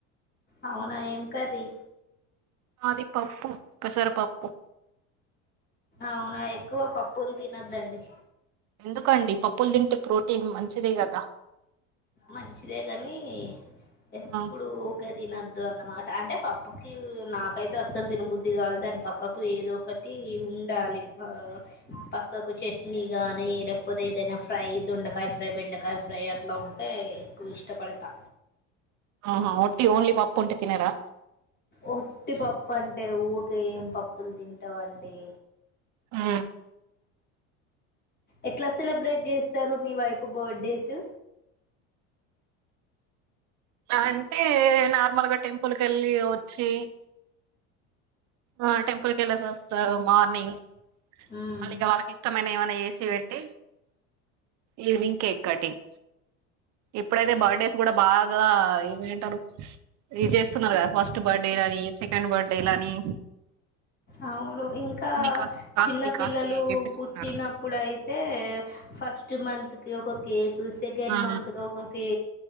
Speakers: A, on the left (about 30°); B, on the right (about 50°).
A: అవునా ఏం కరీ
B: మాది పప్పు పెసర పప్పు
A: అవునా ఎక్కువ పప్పులు తినద్దండి
B: ఎందుకండి పప్పులు తింటే ప్రోటీన్ మంచిదే కదా
A: మంచిదే కాని ఎప్పుడు
B: ఆ,
A: ఒకే తినదు అన్నమాట అంటే పప్పుకి నాకు పక్కయితే అస్సలు తినబుద్ధి కాదు దాని పక్కకు ఏదో ఒకటి ఉండాలి ఆ పక్కకు చట్నీ గాని లేకపోతే ఏదైనా ఫ్రై దొండకాయ ఫ్రై బెండకాయ ఫ్రై అట్లా ఉంట ఎక్కువ ఇష్టపడతా
B: ఆహా ఒట్టి ఓన్లీ పప్పు ఉంటు తినారా
A: ఒట్టి పప్పు అంటే ఊవుక ఏం పప్పులు తింటావండి
B: ఆ
A: ఎట్లా సెలబ్రేట్ చేస్తారు మీ వైపు బర్త్డేస్
B: అంటే నార్మల్ గా టెంపుల్ క వెళ్ళి వచ్చి ఆ టెంపుల్క వెళ్ళేసి వస్తాడు మార్నింగ్
A: మ్మ్
B: మళ్ళ ఇక వాళ్ళకి ఇష్టమైన ఏమైనా ట్టి ఈవనింగ్ కేక్ కటింగ్ ఇప్పుడైతే
A: మా
B: బర్త్డేస్ కూడా బాగా ఇమంటారు ఇది చేస్తున్నారు కదా ఫస్ట్ బర్త్డే లాని సెకండ్ బర్త్డే లాని
A: అవువు ఇంన్న
B: కాస్ట్ కాస్ట్లీ
A: పల్లలు
B: కాస్ట్లీ చేపిస్తున్నారు
A: పుట్టిప్పుడు మంత్ కి ఒక కేక్ సెకండ్
B: ఆ
A: మంత్ కి ఒకొ కే